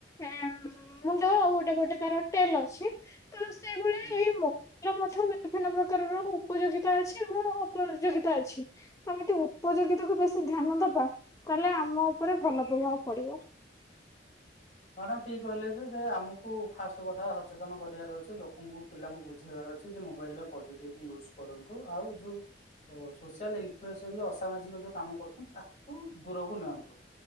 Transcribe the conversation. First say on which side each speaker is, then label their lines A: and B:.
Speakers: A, on the left; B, on the left.
A: ମୁଣ୍ଡ ଆଉ ଗୋଟେ ପଟେ ତାର ଟେଲ ଅଛି ତ ସେଇଭଳିଆ
B: ହୁଁ
A: ଏଇ ମଲ ବିଭିନ୍ନ ପ୍ରକାରର ଉପଯୋଗିତା ଅଛି ଏବଂ ଉପଯୋଗିତା ଅଛି ଆମତି ଉପଯୋଗିତାକୁ ବେସି ଧ୍ୟାନ ଦବା ତାହେଲେ ଆମ ଉପରେ ଭଲ ପ୍ରଭାବ ପଡିବ
B: ମ୍ୟାଡାମ ଠିକ୍ କହିଲେ ଯେ ଯେ ଆମକୁ ଫାଷ୍ଟ କଥା ସଚେତନ କରିବାର ଅଛି ଲୋକଙ୍କୁ ପିଲାଙ୍କୁ ବୁଝେଇବାର ଅଛି ଯେ ମୋବାଇଲ ପଜେଟିଭ୍ ୟୁଜକରନ୍ତୁ ଆଉ ଯୋଉ ତ ସୋସିଆଲ ଇନଫ୍ଲଏନ୍ସ ହେଇ ଅସାମାଜିକ ଯୋଉ କାମ କରୁଛନ୍ତି ତାଠୁ ଦୂରକୁ ନିଅନ୍ତୁ